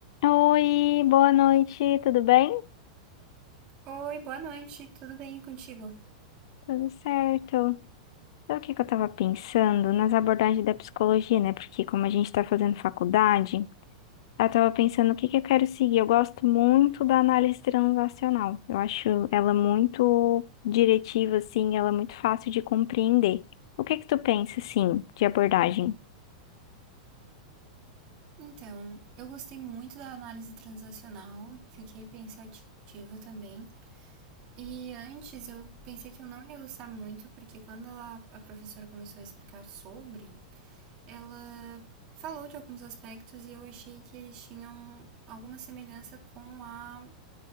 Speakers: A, on the left; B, on the right.
A: Oi, boa noite, tudo bem?
B: Oi, boa noite, tudo bem contigo?
A: Tudo certo. Sabe o que que eu tava pensando? Nas abordagens da psicologia, né? Porque como a gente tá fazendo faculdade, eu tava pensando o que que eu quero seguir. Eu gosto muito da análise transacional. Eu acho ela muito diretiva, assim, ela é muito fácil de compreender. O que que tu pensa, assim, de abordagem?
B: Então, eu gostei muito da análise transacional, fiquei pensativa também. E antes eu pensei que eu não ia gostar muito, porque quando a, a professora começou a explicar sobre, ela falou de alguns aspectos e eu achei que eles tinham alguma semelhança com a,